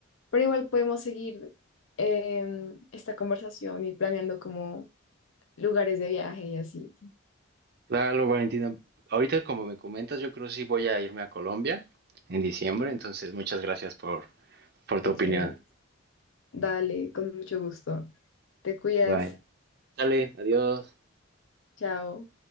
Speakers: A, on the left; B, on the right.
A: pero igual podemos seguir em, esta conversación y planeando como lugares de viaje y así.
B: Claro, Valentina. Ahorita, como me comentas, yo creo que sí voy a irme a Colombia en diciembre, entonces muchas gracias por, por tu
A: Qué
B: opinión.
A: chévere. Dale, con mucho gusto. Te cuidas.
B: Bye. Dale, adiós.
A: Chao.